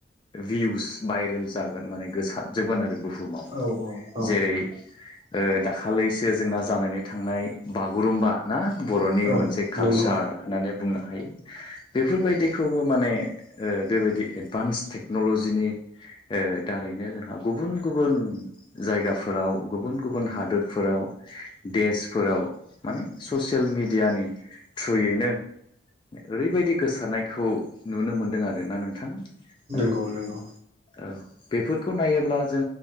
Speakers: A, on the left (about 25°); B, on the right (about 35°).
A: भिउस भाइरेल जागोन माने गोसारजोबगोन आरो बुहुमाव
B: औ औ औ
A: जेरै ओ दाखालिसो जोंना जानानै थांनाय बागुरुम्बा ना बर'नि
B: औ
A: मोनसे कालचार
B: नंगौ
A: होननानै बुंनो हायो। बेफोरबायदिखौबो माने ओ बेबायदि ओ एडभान्स टेक्न'लजिनि ओ दारैनो जोंहा गुबुन गुबुन जायगाफोराव गु गुबुन गुबुन हादोरफोराव देशफोराव माने ससियेल मेडियानि थ्रुयैनो ओरैबायदि गोसारनायखौ नुनो मोनदों आरोना नोंथां माने
B: नंगौ नंगौ
A: औ बेफोरखौ नायोब्ला जों